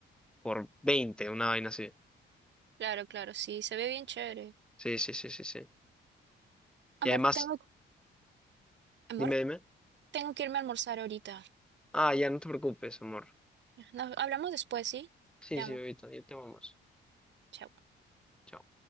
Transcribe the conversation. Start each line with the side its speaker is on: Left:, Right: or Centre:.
Centre: por 20 una vaina así.
Right: Claro, claro, sí, se ve bien chévere.
Centre: Sí, sí, sí, sí, sí.
Right: Amor,
Centre: Y además
Right: tengo, amor,
Centre: Dime, dime.
Right: tengo que irme a almorzar ahorita.
Centre: Ah, ya no te preocupes, amor.
Right: Nos hablamos después, ¿sí?
Centre: Sí,
Right: Te
Centre: sí,
Right: amo.
Centre: ahorita, ya te vamos.
Right: Chao.
Centre: Chao.